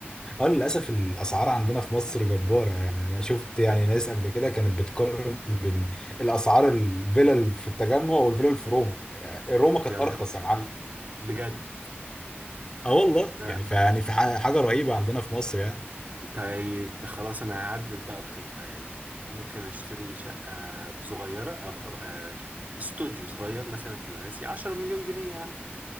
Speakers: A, on the left; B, on the right.
A: اه للاسف الاسعار عندنا في مصر
B: اه
A: جباره يعني انا شفت يعني
B: لا
A: ناس قبل كده كانت بتقارن بين الاسعار الفيلل في التجمع والفيلل في روما يعني روما كانت
B: يا نهار
A: ارخص يا معلم
B: بجد
A: اه والله
B: لا
A: يعني فيعني في ح- حاجه رهيبه عندنا في مصر يعني
B: طيب خلاص انا هعدل بقى الخطة يعني ممكن اشتري شقة صغيرة ابقى ابقى استوديو صغير مثلا في مراسي 10 مليون جنيه يعني